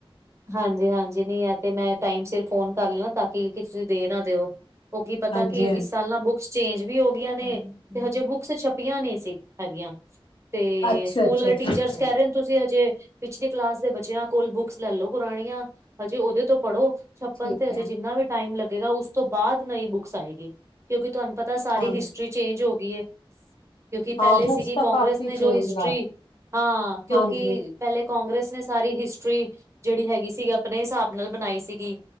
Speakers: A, on the right; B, on the left.
A: ਹਾਂਜੀ-ਹਾਂਜੀ, ਨੀ ਐ ਤੇ ਮੈਂ ਟਾਈਮ ਸਿਰ ਫੋਨ ਕਰ <unintelligible> ਤਾਂ ਕੀ ਤੁਸੀਂ ਦੇ ਨਾ ਦਿਓ। ਓ ਕੀ ਪਤਾ
B: ਹਾਂਜੀ
A: ਕੀ ਇਸ
B: ਹਾਂਜੀ
A: ਸਾਲ ਨਾ ਬੁੱਕਸ ਚੇਂਜ ਵੀ ਹੋਗੀਆਂ ਨੇ ਤੇ, ਹਜੇ ਬੁੱਕਸ ਛਪੀਆਂ ਨੀ ਸੀ ਹੈਗੀਆਂ। ਤੇ
B: ਅੱਛਾ
A: ਸਕੂਲ
B: ਅੱਛਾ ਠੀਕ
A: ਟੀਚਰਸ
B: ਹੈ
A: ਕੈ ਰੇ ਨੇ, ਤੁਸੀਂ ਹਜੇ ਪਿਛਲੀ ਕਲਾਸ ਦੇ ਬੱਚਿਆਂ ਕੋਲ ਬੁੱਕਸ ਲੈ ਲੋ। ਪੁਰਾਣੀਆਂ ਹਜੇ ਓਦੇ ਤੋਂ ਪੜ੍ਹੋ ਛੱਪਨ
B: ਠੀਕ
A: ਤੇ ਹਜੇ
B: ਹੈ
A: ਜਿੰਨਾ ਵੀ ਟਾਈਮ ਲੱਗੇਗਾ, ਉਸ ਤੋਂ ਬਾਦ ਨਈ ਬੁੱਕਸ ਆਏਗੀ, ਕਿਉਂਕਿ ਤੁਹਾਨੂੰ ਪਤਾ ਸਾਰੀ
B: ਹਾਂ
A: ਹਿਸਟਰੀ ਚੇਂਜ ਹੋਗੀ ਏ। ਕਿਉਂਕਿ ਪਹਿਲੇ
B: ਹਾਂ ਬੁੱਕਸ
A: ਸੀਗੀ,
B: ਤਾਂ
A: ਕੋਂਗਰਸ
B: ਕਾਫੀ
A: ਨੇ ਜੋ
B: ਚੇਂਜ
A: ਹਿਸਟਰੀ
B: ਕਰ
A: ਹਾਂ ਕਿਉਂਕਿ
B: ਹਾਂਜੀ
A: ਪਹਿਲੇ ਕੋਂਗਰਸ ਨੇ ਸਾਰੀ ਹਿਸਟਰੀ ਜੇੜੀ ਹੈਗੀ, ਸੀਗੀ ਆਪਣੇ ਹਿਸਾਬ ਨਾਲ ਬਣਾਈ ਸੀਗੀ